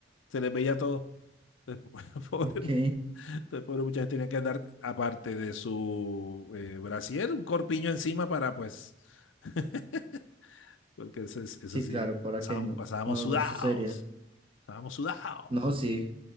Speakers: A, on the left; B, on the right.
A: se les veía todo. Entonces, <laughs> pobre,
B: ok.
A: entonces, pobre muchachas tenían que andar, aparte de su eh, brasier, un corpiño encima para, pues, <laughs> porque eso, es- eso
B: Sí,
A: sí,
B: claro, para
A: pasaban-
B: que no,
A: pasábamos
B: no,
A: sudados.
B: no sucedería.
A: Estábamos sudados.
B: No, sí.